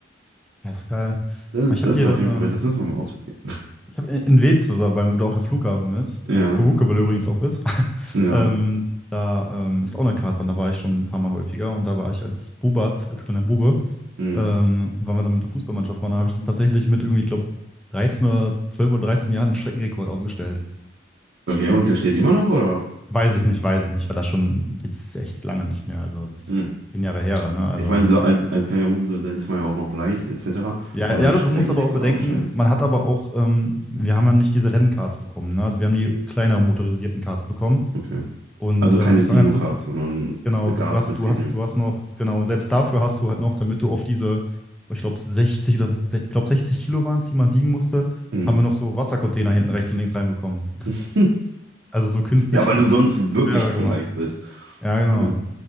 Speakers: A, in the centre; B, on the right (about 65°).
A: Ja, ist geil.
B: Das,
A: Ich
B: das
A: habe hier,
B: ist auf jeden
A: ähm,
B: Fall, das müssen wir mal ausprobieren.
A: Ich habe in in Wetz, oder beim, wo da auch der Flughafen ist,
B: Ja,
A: wo es Perukewell übrigens auch ist, <laughs>
B: ja.
A: ähm, da ähm, ist auch eine Kartbahn, da war ich schon ein paar Mal häufiger und da war ich als Bubatz, als kleiner Bube,
B: Mhm.
A: ähm, weil wir dann mit der Fußballmannschaft waren, da habe ich tatsächlich mit irgendwie, ich glaube, 13 oder 12 oder 13 Jahren einen Streckenrekord aufgestellt.
B: Okay, und der steht immer noch, oder?
A: Weiß ich nicht, weiß ich nicht, war das schon jetzt echt lange nicht mehr, also es ist
B: Mhm.
A: zehn Jahre her, ne, also,
B: Ich meine, so als,
A: oder,
B: als kleiner Bube, so, da ist man ja auch noch leicht, etc.
A: ja,
B: Und dann
A: ja,
B: Streckenrekord
A: du du musst aber auch bedenken,
B: aufstellen?
A: man hat aber auch, ähm, wir haben ja nicht diese Rennkarts bekommen, ne? Also wir haben die kleineren motorisierten Karts bekommen.
B: Okay.
A: Und
B: Also
A: äh,
B: keine
A: es
B: Dino-Kart,
A: war ganz lustig.
B: sondern
A: Genau,
B: gasbetriebenen.
A: du hast, du hast, du hast noch, genau, selbst dafür hast du halt noch, damit du auf diese, ich glaube 60 oder se- ich glaube 60 Kilo waren es, die man wiegen musste,
B: Mhm.
A: haben wir noch so Wassercontainer hinten rechts und links reinbekommen.
B: <laughs>
A: Also so künstlich
B: Ja, weil du sonst wirklich
A: schwerer
B: zu
A: gemacht.
B: leicht bist.
A: Ja, genau.
B: Ja.